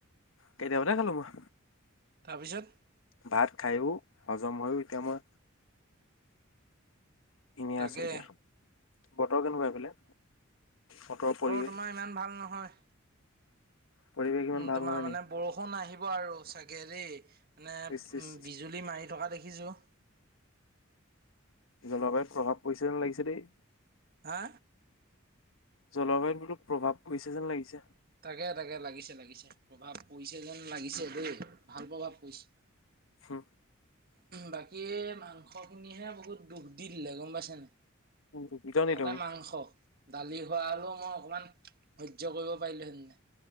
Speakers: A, on the left; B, on the right.
A: কেতিয়াবাতে খালো মই।
B: তাৰপিছত?
A: ভাত খায়ো হজম হৈওঁ এতিয়া মই এনে
B: তাকে
A: আছো এতিয়া। বতৰ কেনেকুৱা সেইফালে? বতৰ পৰিৱেশ?
B: তোমাৰ ইমান ভাল নহয়।
A: পৰিৱেশ ইমান
B: উম,
A: ভাল
B: তোমাৰ
A: নহয়
B: মানে
A: নি
B: বৰষুণ আহিব আৰু চাগে দেই। মানে
A: ইচ ইচ
B: বিজুলি মাৰি থকা দেখিছো।
A: জলবায়ুত প্ৰভাৱ পৰিছে যেন লাগিছে দেই।
B: হা?
A: জলবায়ুত বোলো প্ৰভাৱ পৰিছে যেন লাগিছে।
B: তাকে, তাকে, লাগিছে, লাগিছে, প্ৰভাৱ পৰিছে যেন লাগিছে দেই, ভাল প্ৰভাৱ পৰিছে।
A: হু।
B: বাকী মাংস খিনিহে বহুত দুখ দি দিলে গম পাইছা নাই।
A: দুখিত নি
B: তাতে
A: তুমি
B: মাংস, দালি হোৱা হ'লেও মই অকমান সহ্য কৰিব পাৰিলোহেঁতেনে।